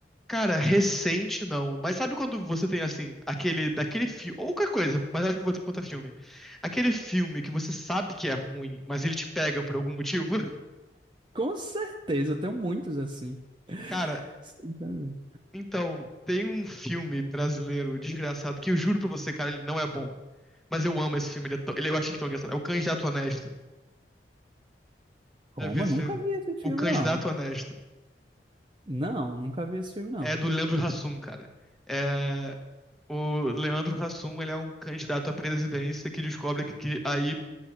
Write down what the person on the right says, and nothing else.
Com certeza, eu tenho muitos assim.
Sim, tá vendo?
Como?
Eu Nunca
vi esse filme,
não.
Não, nunca vi esse filme, não.